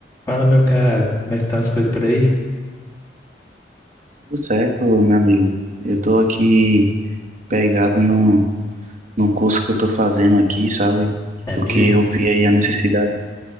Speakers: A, on the left; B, on the right.
A: Fala, meu caro, como é que estão as coisas por aí?
B: Tudo certo, meu amigo. Eu tô aqui pegado no, no curso que eu tô fazendo aqui, sabe?
A: É
B: Porque
A: mesmo?
B: eu vi aí a necessidade,